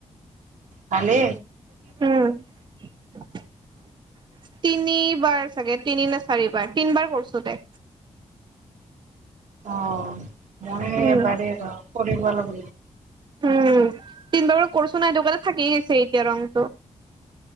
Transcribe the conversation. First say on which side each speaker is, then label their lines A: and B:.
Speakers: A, on the right; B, on the right.
A: খালে
B: উম তিনি নিবাৰ চাগে তিনি নে চাৰিবাৰ তিনিবাৰ কৰছো দে
A: অ মই
B: উম,
A: এবাৰেই ৰ কৰিব লাগ
B: উম, উম, তিনিবাৰৰ কৰছো নাই দোকানত থাকি আছে এতিয়া ৰংটো।